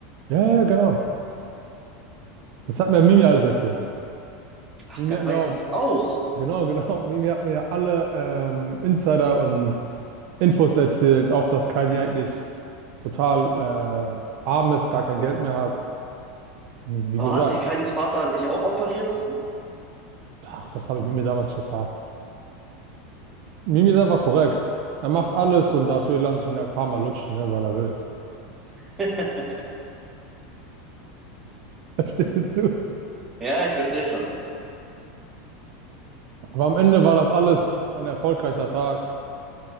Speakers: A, on the right; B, on the right.
A: Ja, ja, genau. Das hat mir Mimi alles erzählt.
B: Ach,
A: Mimi
B: der
A: hat mir
B: weiß
A: auch,
B: das auch.
A: genau, genau, <laughs> Mimi hat mir ja alle ähm, Insider und Infos erzählt, auch dass Kylie eigentlich total äh, arm ist, gar kein Geld mehr hat. Und wie
B: Aber
A: gesagt,
B: hat sich Kylies Vater nicht auch operieren lassen?
A: ach, das habe ich Mimi damals gefragt. Mimi ist einfach korrekt. Er macht alles und dafür lasse ich ihn halt ein paar Mal lutschen, ne, weil er will.
B: <laughs>
A: <laughs> Verstehst du?
B: Ja, ich verstehe schon.
A: Aber am Ende war das alles ein erfolgreicher Tag.